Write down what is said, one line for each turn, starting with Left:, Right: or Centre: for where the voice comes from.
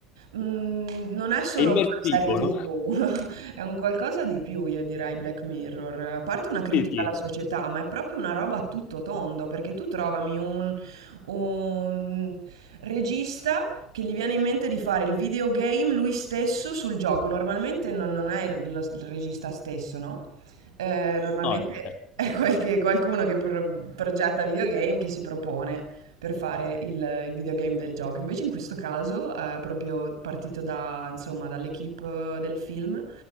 Right: mm, non è solo
Left: È immersivo,
Right: una serie TV,
Left: no?
Right: <laughs> è un qualcosa di più, io direi, Black Mirror. A parte una critica
Left: Sì, sì,
Right: alla
Left: sì.
Right: società, ma è proprio una roba a tutto tondo, perché tu trovami un un regista che gli viene in mente di fare il videogame lui stesso sul gioco. Normalmente non, non è il, lo- il regista stesso, no? Eh, normalmente
Left: No, non c'è.
Right: è qualche- qualcuno che pro- progetta videogame che si propone per fare il, il videogame del gioco. Invece in questo caso è proprio partito da, insomma, dall'equipe del film